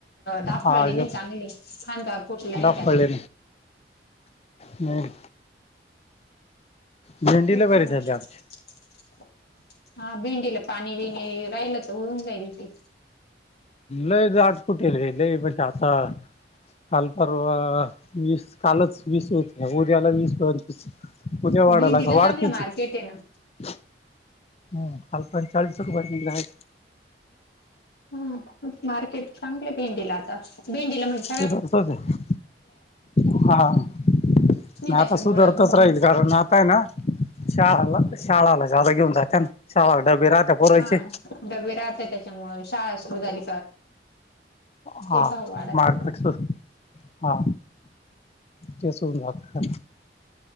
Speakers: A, on the left; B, on the left.
A: दाफळली
B: हा
A: नाही
B: एक
A: चांगली खांदा फुटले नाही
B: डाग
A: त्याला
B: पडले नाही भेंडीला
A: एक
B: बरी
A: चम
B: झाली
A: च
B: आमची
A: हा भिंडीला पाणी बिणी राहिल तर होऊन जाईल ते
B: लई द आठ कुठेले लई म्हणज आता काल परवा वीस कालच वीस होते उद्याला वीस पयतीस उद्या वाढाला
A: भेंडीला
B: वाढतीची
A: चांगलं मार्केट आहे ना
B: हम काल पण चाळीस रुपये निघला आहे
A: ह मार्केट चांगले भेंडी ला आता च्या
B: सुधारतच आहे हा नाही
A: त्याच्यामुळं
B: आता सुधारतच राहील कारण आताय ना शाळाला शाळाला जादा घेऊन जात्या ना शाळाला डबे राहते पुरयचे
A: हा डबे राहते त्याच्यामुळे शाळा अस सुरु झाली
B: हा
A: ते भाव वाढाचे.
B: मार्केट स्वस्त हा ते सुडून झा